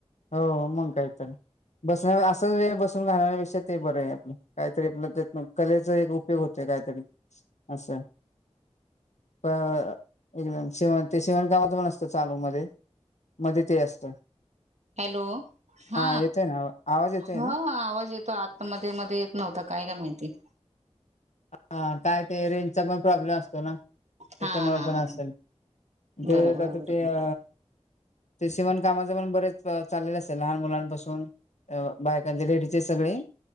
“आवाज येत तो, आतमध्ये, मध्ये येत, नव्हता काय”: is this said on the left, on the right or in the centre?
Right